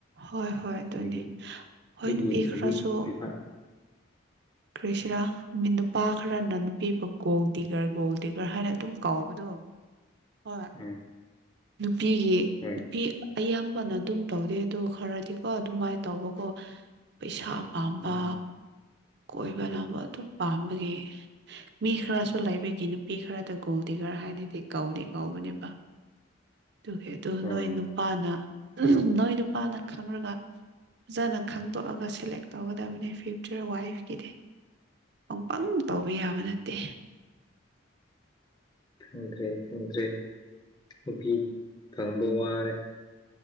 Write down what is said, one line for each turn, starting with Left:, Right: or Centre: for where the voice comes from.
Right: ꯍꯣꯏ ꯍꯣꯏ ꯑꯗꯨꯅꯤ
Left: ꯑꯗꯒꯤ
Right: ꯍꯣꯏ
Left: ꯑꯩꯒꯤ
Right: ꯅꯨꯕꯤꯈ꯭ꯔꯁꯨ
Left: ꯍꯧꯖꯤꯛ ꯄꯩꯁꯥ
Right: ꯀ꯭ꯔꯤꯁꯔꯥ ꯃꯤ ꯅꯨꯄꯥ ꯈꯔꯅ ꯅꯨꯄꯤꯕꯨ ꯒꯣꯜꯗꯤꯒꯔ ꯒꯣꯜꯗꯤꯒꯔ ꯍꯥꯏꯅ ꯑꯗꯨꯝ ꯀꯥꯎꯕꯗꯣ ꯍꯣꯏ
Left: ꯎꯝ
Right: ꯅꯨꯄꯤꯒꯤ
Left: ꯎꯝ
Right: ꯅꯨꯄꯤ ꯑꯌꯥꯝꯕꯅ ꯑꯗꯨꯝ ꯇꯧꯗꯦ ꯑꯗꯣ ꯈꯔꯗꯤꯀꯣ ꯑꯗꯨꯃꯥꯏꯅ ꯇꯧꯕꯀꯣ ꯄꯩꯁꯥ ꯄꯥꯝꯕ
Left: ꯎꯝ
Right: ꯀꯣꯏꯕꯅꯨ ꯑꯗꯨꯝ ꯄꯥꯝꯕꯒꯤ ꯃꯤ ꯈꯔꯁꯨ ꯂꯥꯏꯕꯒꯤ ꯅꯨ ꯅꯨꯄꯤ ꯈꯔꯗ ꯒꯣꯜꯗꯤꯒꯔ ꯍꯥꯏꯅꯗꯤ ꯀꯧꯏ ꯀꯧꯕꯅꯦꯕ ꯑꯗꯨꯒꯤ ꯑꯗꯨꯗꯣ
Left: ꯍꯣꯏ
Right: ꯅꯣꯏ ꯅꯨꯄꯥꯅ ꯅꯣꯏ ꯅꯨꯄꯥꯅ ꯈꯪꯔꯒ ꯐꯖꯅ ꯈꯪꯗꯣꯛꯑꯒ ꯁꯦꯂꯦꯛ ꯇꯧꯒꯗꯕꯅꯤ ꯐ꯭ꯌꯨꯆꯔ ꯋꯥꯏꯐ ꯀꯗꯤ ꯄꯪꯄꯪ ꯇꯧꯕ ꯌꯥꯕ ꯅꯠꯇꯦ
Left: ꯐꯪꯗ꯭ꯔꯦ ꯐꯪꯗ꯭ꯔꯦ ꯅꯨꯄꯤ ꯐꯪꯕ ꯋꯥꯔꯦ